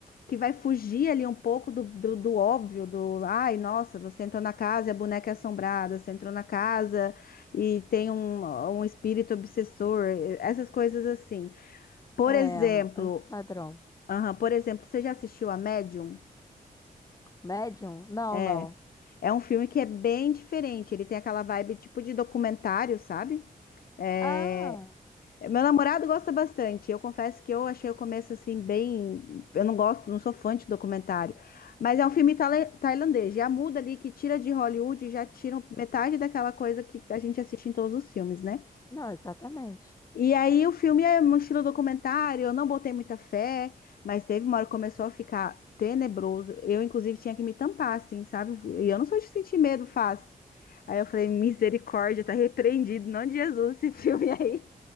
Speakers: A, on the left; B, on the left.
A: que vai fugir ali um pouco do, do, do óbvio, do ai, nossa, você entrou na casa e a boneca é assombrada, você entrou na casa e tem um, um espírito obsessor, essas coisas assim. Por
B: É,
A: exemplo,
B: antipadrão.
A: aham, por exemplo, você já assistiu a Medium?
B: Médium? Não,
A: É.
B: não.
A: É um filme que é bem diferente, ele tem aquela vibe tipo de documentário, sabe? É,
B: Ah,
A: Meu namorado gosta bastante. Eu confesso que eu achei o começo assim bem. Eu não gosto, não sou fã de documentário. Mas é um filme tale- tailandês. Já muda ali que tira de Hollywood, já tira um, metade daquela coisa que a gente assiste em todos os filmes, né?
B: não, exatamente.
A: E aí o filme é um estilo documentário. Eu não botei muita fé, mas teve uma hora que começou a ficar tenebroso. Eu, inclusive, tinha que me tampar, assim, sabe? E eu não sou de sentir medo fácil. Aí eu falei, misericórdia, tá repreendido, em nome de Jesus, esse filme aí.